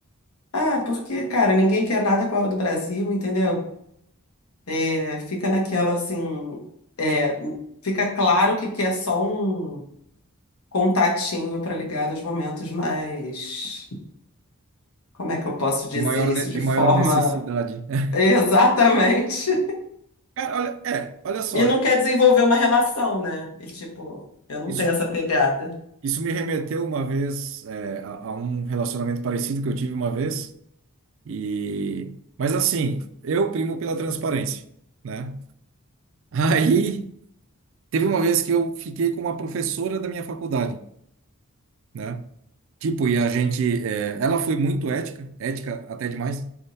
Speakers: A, on the left; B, on the right.
A: Ah, porque, cara, ninguém quer nada com a hora do Brasil, entendeu? É, fica naquela assim. é, fica claro que quer só um contatinho para ligar nos momentos mais. Como é que eu posso dizer
B: De maior,
A: isso
B: ne- de
A: de forma.
B: maior necessidade.
A: <laughs>
B: <laughs>
A: Exatamente.
B: Cara, olha, é, olha só,
A: E não
B: eu-
A: quer desenvolver uma relação, né? E tipo, eu não
B: isso,
A: tenho essa pegada.
B: isso me remeteu uma vez é, a, a um relacionamento parecido que eu tive uma vez. E, mas assim, eu primo pela transparência, né? Aí teve uma vez que eu fiquei com uma professora da minha faculdade, né? Tipo, e a gente, é, ela foi muito ética, ética até demais.